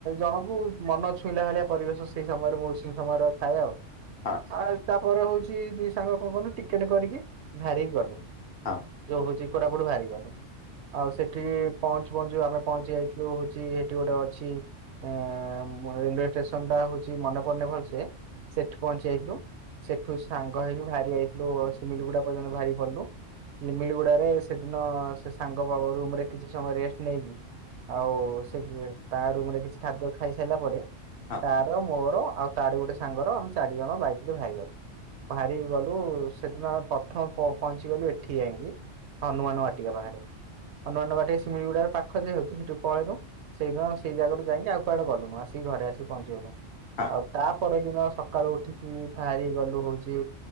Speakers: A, on the right; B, on the left.
A: ଜଣକୁ ମନ ଛୁଇଁଲା ଭଳିଆ ପରିବେଶ ସେଇ ସମୟରେ ମୌସୁମୀ ସମୟର ଥାଏ ଆଉ। <unintelligible>
B: ହଁ
A: ତାପରେ ହୋଉଛି ଦୁଇ ସାଙ୍ଗ କଁ କଲୁ ଟିକେଟ୍ କରିକି ବାହାରିକି ଗଲୁ।
B: ହଁ
A: ଯୋଉ ହୋଉଚି କୋରାପୁଟ ବାହାରିକି ଗଲୁ ଆଉ ସେଠି ପହଞ୍ଚୁ ପହଞ୍ଚୁ ଆମେ ପହଞ୍ଚି ଯାଇଥିଲୁ ହୋ ଚି ହେଟୀ ଗୋଟେ ଅଛି ଏଁ ମ ରେଲୱେ ଟେସନ୍ ଟା ହୋଉଚି ମନେ ପଡୁନି ଭଲସେ। ସେଠି ପହଞ୍ଚି ଯାଇଥିଲୁ ସେଠୁ ସାଙ୍ଗ ହେଇକି ବାହାରି ଯାଇଥିଲୁ ହୋ ସ୍ଲିମିଲଗୁଡା ପର୍ଯ୍ୟନ୍ତ ବାହାରିକି ପଡିଲୁ। ସ୍ଲିମିଲ୍ ଗୁଡାରେ ସେଦିନ ସେ ସାଙ୍ଗ ବାବା ରୁମ୍ ରେ କିଛି ସମୟ ରେଷ୍ଟ ନେଇକି ଆଉ ସେ ତା ରୁମ୍ ରେ କିଛି ଖାଦ୍ୟ ଖାଇସାଇଲା ପରେ
B: ହଁ
A: ତାର ମୋରୋ ଆଉ ତାରି ଗୋଟେ ସାଙ୍ଗର ଆମେ ଚାରି ଜଣ ବାଇକ୍ ରେ ଭାରିଗଲୁ। ବାହାରି ଗଲୁ ସେଦିନ ଆମେ ପଥମ ପ ପହଞ୍ଚି ଗଲୁ ଏଠି ଯାଇଁକି ହନୁମାନ ବାଟିକା ପାଖେରେ ହନୁମାନ ବାଟିକା ଶିମିଳିଗୁଡାରୁ ପାଖ ଯେହେତୁ ସେଠି ପଳେଇନୁ ସେଇଦିନ ସେଇ ଜାଗାରୁ ଯାଇକି ଆଉ କୁଆଡେ ଗଲୁନୁ ଆସିକି ଘରେ ଆସିି ପହଞ୍ଚିଗଲୁ
B: ହଁ।
A: ଆଉ ତା ପରଦିନ ସକାଳୁ ଉଠିକି ଭାରିକି ଗଲୁ ହୋଉଚି